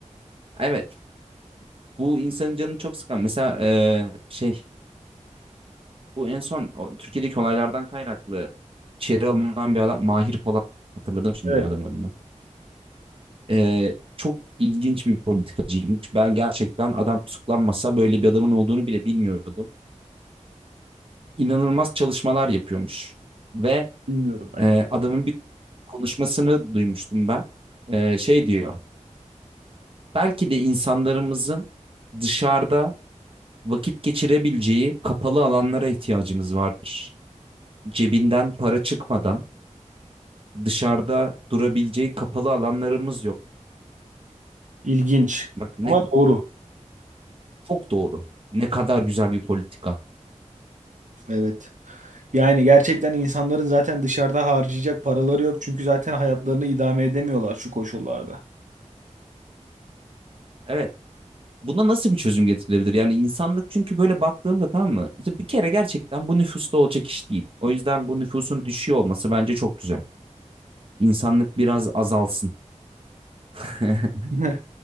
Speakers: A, on the right; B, on the right.
A: Evet. Bu insanın canını çok sıkan. Mesela eee, şey bu en son o Türkiye'deki olaylardan kaynaklı içeri alınan bir adam Mahir Polat hatırladım şimdi
B: Evet.
A: ya adamın adını. Eee, çok ilginç bir politikacıymış. Ben gerçekten adam tutuklanmasa böyle bir adamın olduğunu bile bilmiyordum. İnanılmaz çalışmalar yapıyormuş ve
B: Bilmiyorum ben.
A: Ee, adamın bir konuşmasını duymuştum ben. Ee, şey diyor. Belki de insanlarımızın dışarıda vakit geçirebileceği kapalı alanlara ihtiyacımız vardır. Cebinden para çıkmadan dışarıda durabileceği kapalı alanlarımız yok.
B: İlginç
A: Bak ne
B: ama
A: ne
B: doğru.
A: Çok doğru. Ne kadar güzel bir politika.
B: Evet. Yani gerçekten insanların zaten dışarıda harcayacak paraları yok. Çünkü zaten hayatlarını idame edemiyorlar şu koşullarda.
A: Evet. Buna nasıl bir çözüm getirilebilir? Yani insanlık çünkü böyle baktığımda tamam mı? İşte bir kere gerçekten bu nüfusta olacak iş değil. O yüzden bu nüfusun düşüyor olması bence çok güzel. İnsanlık biraz azalsın. <laughs>
B: <laughs>